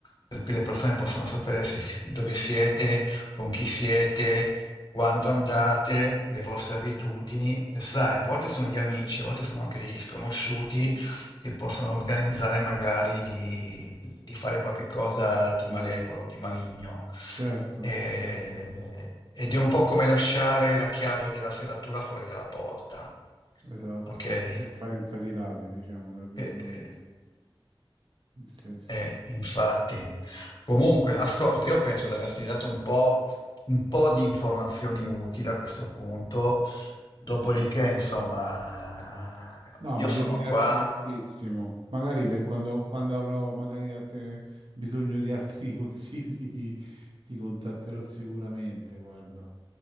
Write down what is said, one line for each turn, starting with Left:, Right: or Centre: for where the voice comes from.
Left: per cui le persone possono sapere se- dove siete, con chi
Right: Mhm,
Left: siete, quando andate, le vostre abitudini. E sai, a volte sono gli amici, a volte sono anche degli sconosciuti che possono organizzare magari di, di fare qualche cosa di
Right: mhm.
Left: malevolo, di maligno.
Right: Certo,
Left: Eh,
Right: certo, sì.
Left: ed è un po' come lasciare la chiave della serratura fuori dalla porta.
Right: Esatto,
Left: Ok?
Right: per-
Left: Eh,
Right: e far entrare i ladri, diciamo, tra virgolette.
Left: eh,
Right: Sì, sì, sì.
Left: eh, infatti. Comunque, ascolta, io penso di averti dato un po', un po' di informazioni utili a questo punto. Dopodiché,
Right: Sì.
Left: insomma,
Right: No,
Left: io
Right: ma
Left: sono
Right: ti ringrazio
Left: qua,
Right: tantissimo. Magari per quando, quando avrò magari altre- bisogno di altri <laughs> consigli, ti contatterò sicuramente, guarda.